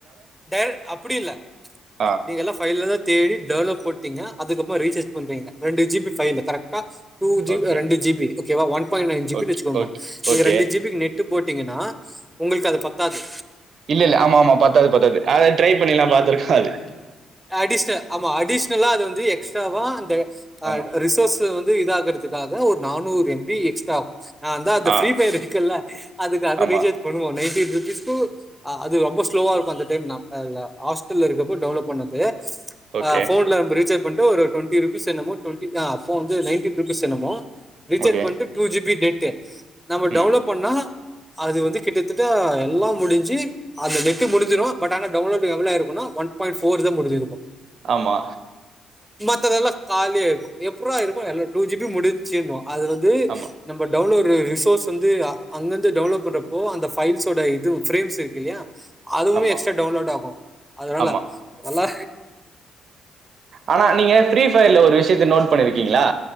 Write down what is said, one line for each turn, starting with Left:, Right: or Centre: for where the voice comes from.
Centre: டேர் அப்டி இல்ல
Right: ஆ
Centre: நீங்க எல்லா ஃப்பைலலா தேடி டேவலப் போட்டீங்க அதுக்கு அப்போ ரீசார்ஜ் பண்றீங்க ரெண்டு ஜி பி ஃப்பைலு கரெக்டா டூ ஜி
Right: ஓகே
Centre: ரெண்டு ஜி பி ஓகேவா one point nine G
Right: okay
Centre: B வெச்சுக்கோங்க
Right: ஓகே
Centre: நீங்க
Right: ஓகே
Centre: ரெண்டு ஜி பிக்கு நெடட்டு போட் டேங்கன்னா உங்களுக்கு அது பத்தாது
Right: இல்ல இல்ல ஆமா ஆமா பத்தாது பத்தாது அத ட்ரை பண்ணிலா பாத்துருக்காரு
Centre: அடிஷ்னல் ஆமா அடிஷனலா அது வந்து எக்ஸ்ட்ராவா அந்த
Right: ஆமா
Centre: ரிசோர்ஸ் வந்து இத ஆகறது க்காக ஒரு நானூறு எம் பி எக்ஸ்ட்ரா ஆகு நாதா அந்த
Right: ஆ
Centre: பிரீ பயர் இருக்குல்ல அதுக்காக
Right: ஆமா
Centre: ரீசார்ஜ் பண்ணுவோ நைடே ரிஸ்க்கு அது ரொம்ப ஸ்லோவா இருக்கூ அந்த டைம் ஹாஸ்டல்ல இருக்கப்ப டெவலப் பண்ணது
Right: ஓகே
Centre: ஆ ஃபோன்ல நம்ப ரீச்சார்ஜ் பண் ஒரு ட்வெண்டி ருபீஸ் என்னமோ ட்வெண்டி ஆ அப்போ வந்து நைன்டீன் ருபீஸ் என்னமோ ரீச்சார்
Right: ஓகே
Centre: பண்ட்டு டூ ஜீ பி டேட் கே நம்ம
Right: ம்
Centre: டெவலப் பண்ணா அது வந்து கிட்டத்தட்ட எல்லா முடிஞ்சு அது நெட்டு முடிஞ்சிரு பட் ஆனா டவுன்லோடு எவ்ளோ ஆய்ருக்குனா ஒன் பாயிண்ட் ஃப் ஃபோர் தா முடிஞ்சிருக்கு
Right: ஆமா
Centre: த்ததெல்லா காலியாய்ருக்கு எப்புர்றா இருக்கு ஆனா டூ ஜீ பி முடிஞ்சின்வா அது வந்து
Right: ஆமா
Centre: நம்ப டவுன்லோட் ஒரு ரிசோர்ஸ் வந்து அ அங்கந்து டவ்ன்லோட் பண்றப்போ அந்த ஃபைல்ஸோட இது ஃபிரேம்ஸ் இருக்குல்லியா அதுவுமே
Right: ஆமா
Centre: எக்ஸ்ட்ரா டவுன்லோட் ஆகு அதனால
Right: ஆமா
Centre: நல்லா
Right: ஆனா நீங்க ஃப்ரீபயர்ல ஒரு விஷயத்த நோட் பண்ணிருக்கீங்களா